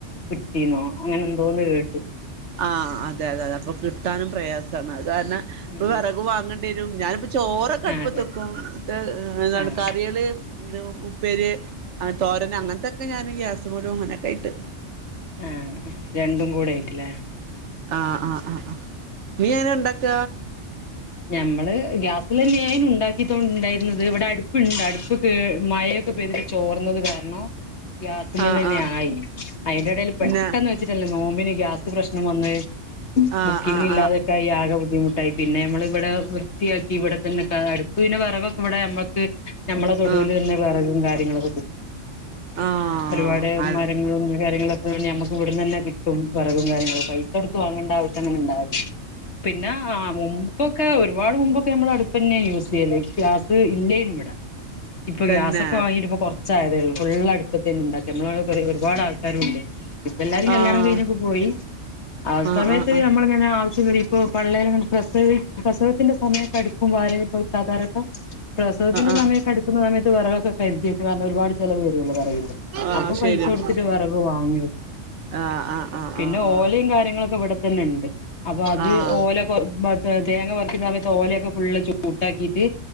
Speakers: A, on the left; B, on the right.
A: കുറ്റീന്നോ അങ്ങനെ എന്തോന്ന് കേട്ട
B: ആ അതെ അതെ അതെ അപ്പൊ കിട്ടാനും പ്രയാസമാണ് അത് കാരണം ഇപ്പൊ
A: ഉം
B: വിറക് വാങ്ങ ണ്ടി വരും ഞാനിപ്പ ചോറൊക്കെ
A: ആഹ്
B: അടുപ്പത്ത്
A: അതെ
B: വക്കും എന്താണ്
A: ആഹ്
B: കറികള് എ ഉപ്പേര് തോരന അങ്ങനത്തെയൊക്കെ ഞാൻ ഗ്യാസുമേലു അങ്ങനൊക്കെ ഇട്ട്
A: ആ രണ്ടും കൂടെ ആയിട്ടില്ലേ
B: ആ ആ ആ ആ നീ എങ്ങനെ ഉണ്ടാക്ക
A: ഞമ്മള് ഗ്യാസിലല്ലായും ഉണ്ടാക്കിട്ടോണ്ട്ണ്ടായിരുന്നത് ഇവിടെ അടുപ്പുണ്ട് അടുപ്പ് കേ മഴ പതി ചോർന്നത് കാരണോ ഗ്യാസിമ്മലന്നെ
B: ആഹ് ആഹ്
A: ആയി അതിന്റെ ഇടയിൽ
B: പിന്നെ
A: പെട്ടെന്ന് വെച്ചിട്ടല്ലേ നോമ്പിന് ഗ്യാസ് പ്രശ്നം വന്ന്
B: ആഹ്
A: ബുക്കിങ്ങ്
B: ആഹ് ആഹ്
A: ഇല്ലാതൊക്കായി ആകെ ബുദ്ധിമുട്ടായി പിന്നെ നമ്മള് ഇവിടെ വൃത്തിയാക്കി ഇവിടെ തന്നെട്ട് അടുപ്പ് പിന്നെ വെറകൊക്കെ വടെഞ മ്മക്ക് ഞമ്മളെ
B: ആഹ്
A: തൊടുവില് തന്നെ വറകും കാര്യ
B: ആഹ് ആഹ്
A: ഒരുപാട്
B: അത്
A: മരങ്ങളും
B: ആഹ് ആഹ്
A: കാര്യങ്ങളൊ <unintelligible> ഞമ്മക്ക് ഇവിടന്ന് തന്നെ കിട്ടും വറകും കാര്യങ്ങളും പൈസ കൊടുത്ത് വാങ്ങേണ്ട ആവശ്യന്നുംണ്ടാവലി പിന്നെ ആ മുമ്പൊക്കെ ഒരുപാട് മുമ്പൊക്കെ ഞമ്മൾ അടുപ്പന്നെ യൂസ് ചെയ്യല്. ഗ്യാസ് ഇല്യാനും വിടെ ഇപ്പൊ
B: തന്നെ
A: ഗ്യാസൊക്കെ വാങ്ങിട്ട ഇപ്പ കൊ ച്ചായതേ ള്ളൂ ഫുള്ളടുപ്പത്തി തന്നെ ണ്ടാക്കി ഞമ്മളെവടെ കുറെ ഒരുപാട് ആൾക്കാരുണ്ട്. ഇപ്പ എല്ലാരേം
B: ആഹ്
A: കല്യാണം കഴിഞ്ഞൊക്കെ പോയി ആ
B: ആഹ്
A: സമയത്ത്
B: ആഹ് ആഹ്
A: നമ്മളിങ്ങനെ ആവ് <unintelligible> പ്രസവത്തിന്റെ സമയത്ത് അടുപ്പും <unintelligible> പ്രസവത്തിന്റെ
B: ആഹ്
A: സമയത്ത്
B: ആഹ്
A: <unintelligible> സമയത്ത് വിറകൊക്കെ കരുതിവെക്കും കാരണം ഒരുപാട് ചിലവ് വരൂലോ <inaudible>
B: ആഹ്
A: അപ്പൊ
B: ശരിയാണ്
A: പൈസ കൊടുത്തിട്ട്
B: ശരി
A: വിറക് വാങ്ങിവെ
B: ആഹ് ആഹ് ആഹ്
A: പിന്നെ
B: ആഹ് ആഹ്
A: ഓലയും കാര്യങ്ങളൊക്കെ ഇവിടെ തന്നെ ണ്ട്. അപ്പൊ അത്
B: ആഹ്
A: ഓല പൊ <unintelligible> ഈ സമയത്ത് ഓലൊക്കെ ഫുള്ള് ചൂട്ടാക്കിയിട്ട്